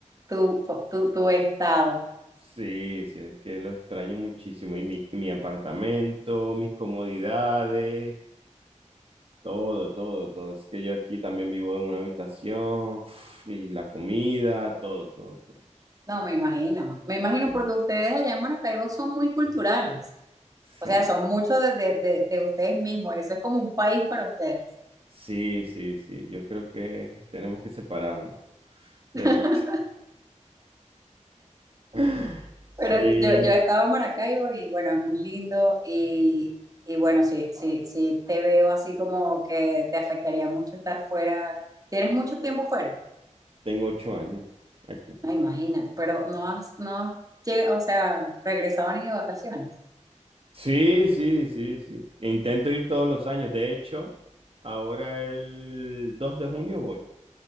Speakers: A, on the right; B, on the right.
A: tu, tu, tu estado.
B: Sí, sí, es que lo extraño muchísimo. Y mi, mi apartamento, mis comodidades, Todo, todo, todo. Es que yo aquí también vivo en una habitación uf, y la comida, todo, todo, todo.
A: No, me imagino. Me imagino
B: Eh,
A: porque ustedes allá en Maracaibo son muy culturales.
B: Sí,
A: O sea, son mucho de, de, de de ustedes mismos. Eso es como un país para ustedes.
B: sí, sí, sí. Yo creo que tenemos que separarnos. De
A: <laughs>
B: ver- <laughs> Sí,
A: Pero yo, yo he estado en Maracaibo y bueno, es muy lindo y, y bueno, sí, sí, sí te veo así como que te afectaría mucho estar fuera. Tienes mucho tiempo fuera,
B: tengo ocho años aquí.
A: no, imagínate, pero no has, no has lle- o sea, regresado ni de vacaciones.
B: Sí, sí, sí, sí. Intento ir todos los años. De hecho, ahora el 2 de junio voy.